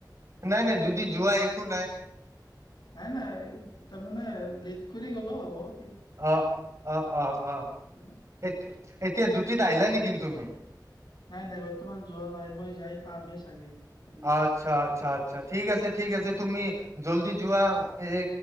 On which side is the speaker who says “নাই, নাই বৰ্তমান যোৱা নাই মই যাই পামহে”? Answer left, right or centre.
Left